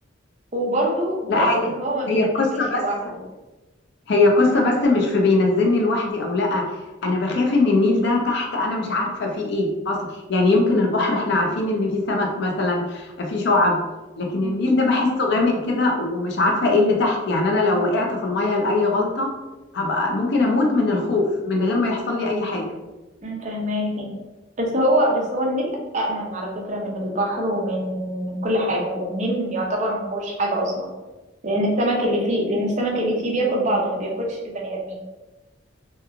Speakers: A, on the right; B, on the left.
A: وبرضه بلس
B: لا هي
A: ان هو ما بينزلكيش
B: هي القصة
A: لوحدك
B: بس هي قصة بس مش في بينزلني لوحدي او لا انا بخاف ان النيل ده تحت انا مش عارفة فيه ايه اصلا يعني يمكن البحر احنا عارفين ان فيه سمك مثلا فيه شعب لكن
A: مم.
B: النيل ده بحسه غامق كده ومش عارفة ايه اللي تحت يعني انا لو وقعت في المية لأي غلطة هبقى ممكن اموت من الخوف من غير ما يحصل لي اي حاجة
A: أمم، فهماكي بس هو بس هو النيل أأمن على فكرة من البحر ومن من كل حاجة النيل يعتبر ما فيهوش حاجة أصلا لأن السمك اللي فيه لأن السمك اللي فيه بياكل بعضه ما بياكلش البني آدمين